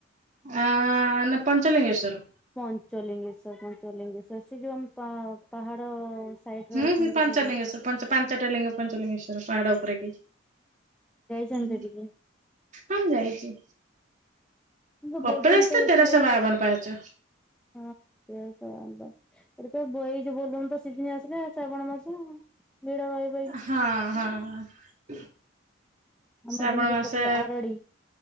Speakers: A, on the right; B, in the centre.
A: ଆ ପଞ୍ଚଲିଙ୍ଗେଶ୍ଵର।
B: ପଞ୍ଚଲିଙ୍ଗେଶର ପଞ୍ଚଲିଙ୍ଗେଶର ସେ ଯୋଉ ଆମ ପା ପାହାଡ ସାଇଡ
A: ହୁଁ
B: ରେ ଅଛନ୍ତି
A: ହୁଁ ପଞ୍ଚଲିଙ୍ଗେଶ୍ୱର
B: ନା କଣ।
A: ପଞ୍ଚ ପାଞ୍ଚଟା ଲିଙ୍ଗ ପଞ୍ଚଲିଙ୍ଗେଶ୍ଵର ପାହାଡ ଉପରେ କି
B: ଯାଇଛନ୍ତି
A: ହଁ।
B: ସେଠିକି
A: ହଁ ଯାଇଛି
B: କିନ୍ତୁ
A: କପଳାଶ
B: ବୋଲବମ୍
A: ତ
B: ବେଶୀ
A: ତେରଶହ
B: ଗୋଟା
A: ବାବନ ପାହାଚ।
B: ହଁ ସେ ସ <unintelligible> ଏଠି ତ ବୋ ଏଇ ଯୋଉ ବୋଲ ବମ ତ ସିିଜିନି ଆସିଲା ଶ୍ରାବଣ ମାସ ଭିଡ ରହି ବ।
A: ହଁ ହଁ।
B: ଆମର
A: ଶ୍ରାବଣ
B: ଯେମିତି
A: ମାସ
B: ଏପଟେ ଆରଡି